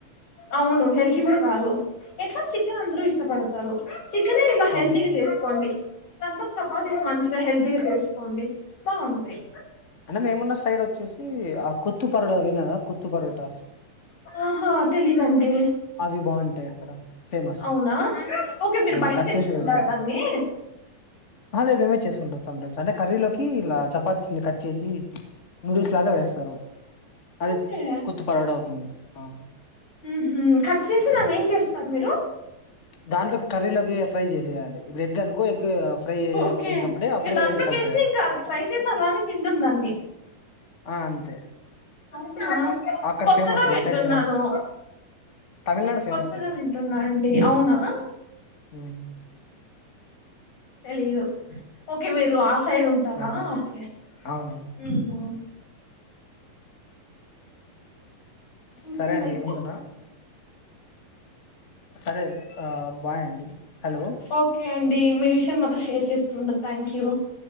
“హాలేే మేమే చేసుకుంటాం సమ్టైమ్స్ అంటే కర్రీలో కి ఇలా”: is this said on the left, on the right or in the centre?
Left